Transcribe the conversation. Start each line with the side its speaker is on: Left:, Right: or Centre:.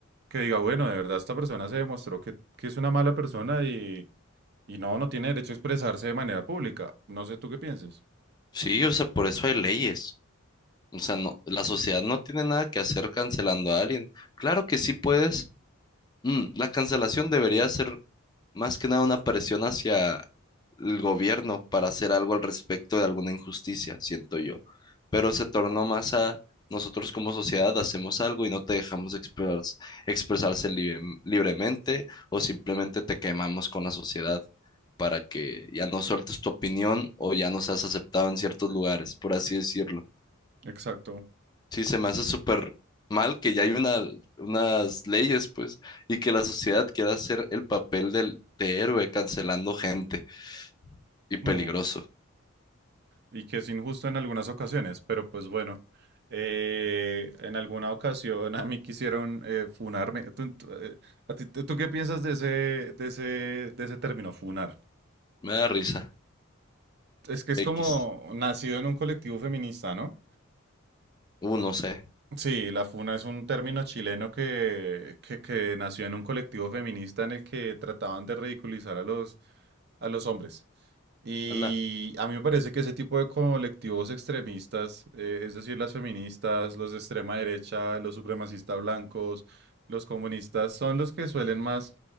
Right: que diga, bueno, de verdad esta persona se demostró que, que es una mala persona y, y no, no tiene derecho a expresarse de manera pública. No sé tú qué pienses.
Left: Sí, o sea, por eso hay leyes. O sea, no, la sociedad no tiene nada que hacer cancelando a alguien. Claro que sí puedes. Mm, la cancelación debería ser más que nada una presión hacia el gobierno para hacer algo al respecto de alguna injusticia, siento yo. Pero se tornó más a nosotros como sociedad hacemos algo y no te dejamos explorar- expresarse libre- libremente o simplemente te quemamos con la sociedad para que ya no sueltes tu opinión o ya no seas aceptado en ciertos lugares, por así decirlo.
Right: Exacto.
Left: Sí, se me hace súper mal que ya hay una, unas leyes, pues, y que la sociedad quiera hacer el papel del, de héroe cancelando gente y peligroso.
Right: Hmm. Y que es injusto en algunas ocasiones, pero pues bueno. eh, en alguna ocasión a mí quisieron eh, funarme. ¿Tú, tú, eh, a ti- tú- tú qué piensas de ese, de ese, de ese término, funar?
Left: Me da risa.
Right: Es que es
Left: X.
Right: como nacido en un colectivo feminista, ¿no?
Left: Uh, no sé.
Right: Sí, la funa es un término chileno que, que, que nació en un colectivo feminista en el que trataban de ridiculizar a los, a los hombres. Y
Left: Ala.
Right: a mí me parece que ese tipo de colectivos extremistas, eh, es decir, las feministas, los de extrema derecha, los supremacistas blancos, los comunistas, son los que suelen más